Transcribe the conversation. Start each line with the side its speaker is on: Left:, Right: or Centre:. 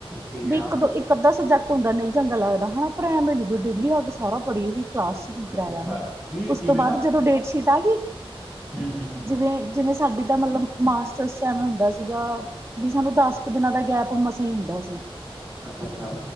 Centre: ਠੀਕ
Right: ਵੀ
Centre: ਆ
Right: ਇੱਕ ਦੋ ਇੱਕ ਅੱਧਾ ਸਬਜੈਕਟ ਹੁੰਦਾ ਨਹੀਂ ਚੰਗਾ ਲੱਗਦਾ ਹੈ ਪਰ ਐਵੇ ਨੀ ਵੀ ਡੇਲੀ ਆ ਕੇ ਸਾਰਾ ਪੜ੍ਹੀਏ ਵੀ ਕਲਾਸ ਚ ਕੀ
Centre: ਅੱਛਾ
Right: ਕਰਾਇਆ
Centre: ਅੱਛਾ ਨਹੀਂ
Right: ਉਸ
Centre: ਜਿਵੇਂ
Right: ਤੋਂ
Centre: ਨਾ
Right: ਬਾਅਦ ਜਦੋਂ ਡੇਟਸ਼ੀਟ ਆ ਗਈ
Centre: ਹੂੰ ਹੂੰ ਹੂੰ
Right: ਜਿਵੇਂ ਜਿਵੇਂ ਸਾਡੀ ਤਾਂ ਮਤਲਬ ਮਾਸਟਰਸ ਚ ਐਵੇ ਹੁੰਦਾ ਸੀਗਾ ਵੀ ਸਾਨੂੰ ਦਸ ਕੁ ਦਿਨਾਂ ਦਾ ਗੈਪ ਮਸਾਂ ਹੀ ਹੁੰਦਾ ਸੀ।
Centre: ਅੱਛਾ- ਅੱਛਾ।